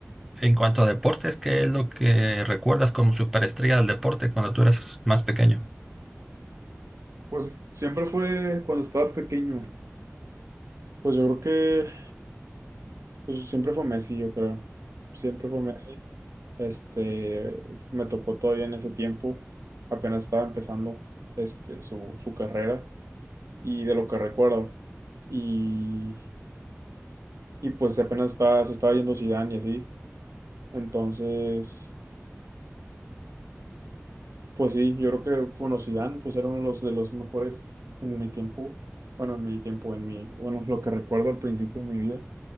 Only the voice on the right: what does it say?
Pues siempre fue cuando estaba pequeño. Pues yo creo que pues, siempre fue Messi, yo creo. Siempre fue Messi. Este, me tocó todavía en ese tiempo. Apenas estaba empezando este, su, su carrera y de lo que recuerdo. Y, y pues apenas estaba, se estaba yendo Zidane y así. Entonces, Pues sí, yo creo que, bueno, Zidane, pues era uno de los, de los mejores en mi tiempo, bueno, en mi tiempo, en mi, bueno, lo que recuerdo al principio de mi vida,